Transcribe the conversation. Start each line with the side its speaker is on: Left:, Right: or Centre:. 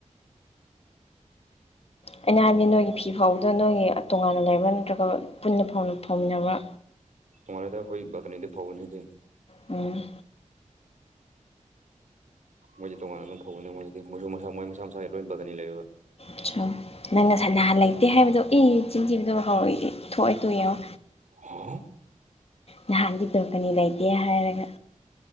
Left: ꯑꯩꯅ ꯍꯥꯏꯕꯗꯤ ꯅꯣꯏꯒꯤ ꯐꯤ ꯐꯧꯕꯗꯣ ꯅꯣꯏꯒꯤ ꯇꯣꯉꯥꯟꯅ ꯂꯩꯕꯔ ꯅꯠꯇ꯭ꯔꯒ ꯄꯨꯟꯅ ꯐꯥꯎ ꯐꯥꯎꯃꯤꯟꯅꯕ꯭ꯔ
Right: ꯇꯨꯉꯂꯦꯗ ꯈꯣꯏ ꯕꯜꯀꯅꯤꯗ ꯐꯥꯎꯕꯅꯦꯗꯦ
Left: ꯎꯝ
Right: ꯃꯣꯏꯁꯦ ꯇꯣꯉꯥꯟꯅ ꯑꯗꯨꯝ ꯐꯧꯕꯅꯤ ꯃꯣꯏꯗꯤ ꯃꯣꯏꯁꯨ ꯃꯁꯥ ꯃꯣꯏ ꯃꯁꯥ ꯃꯁꯥꯒꯤ ꯂꯣꯏ ꯕꯒꯅꯤ ꯂꯩꯕ
Left: ꯑꯆꯥ ꯅꯪꯅ ꯁ ꯅꯍꯥꯟ ꯂꯩꯇꯦ ꯍꯥꯏꯕꯗꯣ ꯏ ꯆꯤꯟꯇꯤꯕꯗꯣ ꯍꯧꯔꯛꯏ ꯊꯣꯛꯑꯦ ꯇꯨ ꯌꯦꯉꯣ
Right: ꯍꯥ
Left: ꯅꯍꯥꯟꯗꯤ ꯕꯦꯜꯀꯅꯤ ꯂꯩꯇꯦ ꯍꯥꯏꯔꯒ